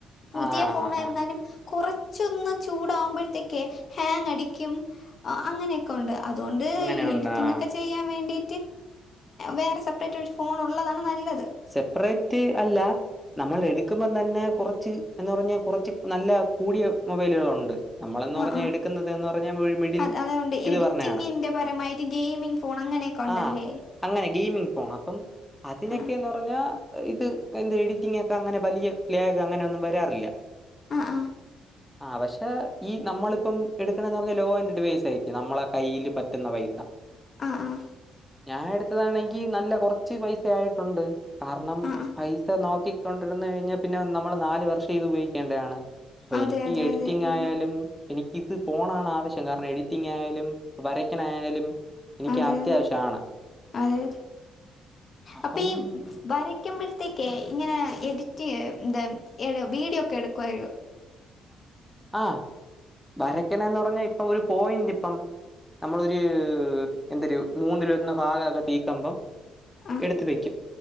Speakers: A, on the left; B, in the centre.
A: പുതിയ
B: ആ ആ
A: ഫോണായിരുന്നാലും
B: ആ ആ,
A: കുറച്ചൊന്ന് ചൂടാവുമ്പോഴത്തേക്കേ ഹാങ് അടിക്കും അങ്ങനെയൊക്കെ ഉ ണ്ട്. അതുകൊണ്ട്
B: അങ്ങനെയുണ്ട്
A: ഈ എഡിറ്റിംഗ്
B: ആ
A: ഒക്കെ ചെയ്യാൻ വേണ്ടി വേറെ സെപ്പറേറ്റ് ഒരു ഫോൺ ഉള്ളതാണ് നല്ലത്.
B: സെപ്പറേറ്റ് അല്ല, നമ്മൾ എടുക്കുമ്പം തന്നെ കുറച്ച് എന്ന് പറഞ്ഞ കുറച്ച് നല്ല കൂടിയ മൊബൈലുകളുണ്ട്. നമ്മൾന്ന്
A: ആ
B: പറഞ്ഞാൽ
A: ആ
B: എടുക്കുന്നത് എന്ന് പറഞ്ഞാൽ മിഡിൽ
A: അത് അതുണ്ട്
B: ഇത്
A: എഡിറ്റിങ്ങിന്റെ
B: പറാണ്
A: പരമായിട്ട് ഗെയിമിംഗ് ഫോൺ അങ്ങനെയൊക്കെ ഉണ്ടല്ലേ
B: ആ അങ്ങനെ ഗെയിമിംഗ് ഫോൺ അപ്പം അതിനൊ
A: ആ
B: പിന്ന ഇത് എന്റെ എഡിറ്റിംഗ് ഒക്കെ അങ്ങനെ വലിയ ലാഗ് അങ്ങനെ ഒന്നും വരാറില്ല
A: ആഹ ആ
B: ആഹ പക്ഷെ ഈ നമ്മളിപ്പം എടുക്കണന്ന് പറഞ്ഞാ ലോ ആൻറ്ഡവൈസ ആയിരിക്കും, നമ്മളെ കയ്യിൽ പറ്റുന്ന പൈസ
A: ആഹ ആഹ
B: ഞാൻ എടുത്തതാണെങ്കിൽ നല്ല കുറച്ച് പൈസ ആയിട്ട് ഉണ്ട് കാരണം
A: ആ ആ.
B: പൈസ നോക്ക ക്കിക്കൊന്ദിരുന്നുകഴിഞ്ഞാൽ പിന്നെ നമ്മൾ നാല് വർഷം ഇത് ഉപയോഗിക്കേണ്ടതാണ് അപ്പൊ
A: അതെ
B: എനിക്ക്
A: അതെ
B: എഡിറ്റിംഗ്ആയാലും
A: അതെ ആ
B: എനിക്കിത് ഫോണാണാവശ്യ കാരണം എഡിറ്റിംഗായാലും, വരക്ക്ണെ ആയാലും എനിക്ക്
A: അതെ
B: അത്യാവശ്യമാണ്.
A: അതെ അതെ അതെ
B: <unintelligible>
A: വരക്കുമ്പോഴത്തേക്കേഇങ്ങനെ എഡിറ്റ് എന്ത വീഡിയോ ഒക്കെ എടുക്കുവോ?
B: ആഹ വരക്കണന്ന് പറഞ്ഞാ ഇപ്പൊ ഒരു പോയിന്റ് ഇപ്പം നമ്മളൊരു എന്തര് മൂന്നിലൊന്ന് ഭാഗൊക്കെ തീകമ്പം
A: ആ
B: എടുത്ത് വെക്കും